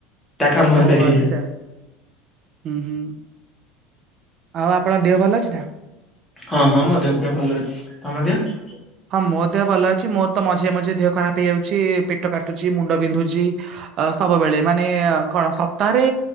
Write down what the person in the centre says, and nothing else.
ତା କାମ
ହେଲା
ଏଇଆ
ହଁ ହଁ ମୋ ଦେବ ପ୍ରିୟା ଭଲ ଅଛି ତମ ଦେହ।